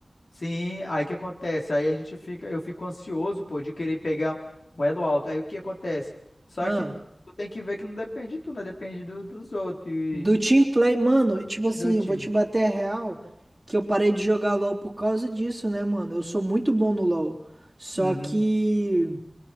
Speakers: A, on the left; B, on the right.
A: Sim, aí o que acontece? Aí a gente fica, eu fico ansioso, pô, de querer pegar um elo alto. Aí o que acontece? Só
B: Ah.
A: que tu tem que ver que não depende de tu, né? Depende do- dos outros e
B: Do team play, mano, tipo assim,
A: do time.
B: vou te bater a real que eu parei de jogar LoL por causa disso, né, mano? Eu sou muito bom no LoL. Só
A: Uhum.
B: que